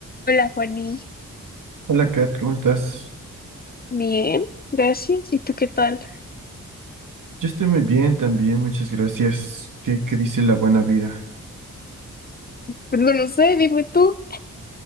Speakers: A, on the left; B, on the right.
A: Hola, Juaní.
B: Hola Kat, ¿cómo estás?
A: Bien, gracias. ¿Y tú qué tal? <laughs>
B: Yo estoy muy bien también, muchas gracias. ¿Qué, qué dice la buena vida?
A: Pues No lo sé, dime tú,